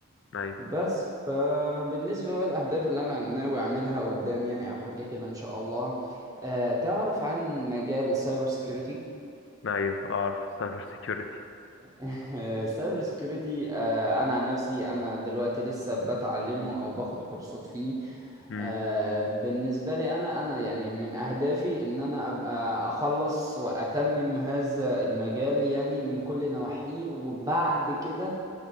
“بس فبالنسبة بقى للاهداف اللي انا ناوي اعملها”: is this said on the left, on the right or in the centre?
Right